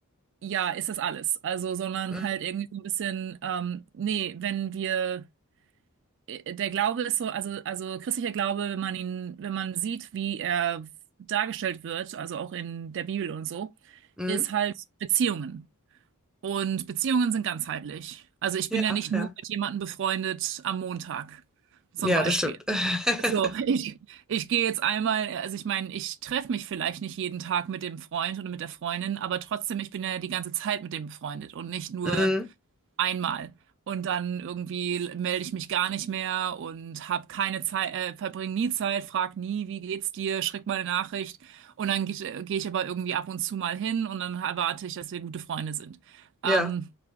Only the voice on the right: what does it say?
ja, ist das alles. Also, sondern
halt irgendwie so ein bisschen, ähm, nee, wenn wir, äh, der Glaube ist so, also, also christlicher Glaube, wenn man ihn, wenn man sieht, wie er dargestellt wird, also auch in der Bibel und so,
ist halt Beziehungen. Und Beziehungen sind ganzheitlich. Also ich
bin ja nicht
nur mit jemandem befreundet am Montag, zum
Beispiel.
So, <laughs> ich, ich gehe jetzt einmal, also ich meine, ich treffe mich vielleicht nicht jeden Tag mit dem Freund oder mit der Freundin, aber trotzdem, ich bin ja die ganze Zeit mit dem befreundet und nicht nur
einmal. Und dann irgendwie melde ich mich gar nicht mehr und habe keine Zeit, äh, verbringe nie Zeit, frag nie, wie geht's dir, schick mal eine Nachricht. Und dann gehe geh ich aber irgendwie ab und zu mal hin und dann erwarte ich, dass wir gute Freunde sind.
Ähm,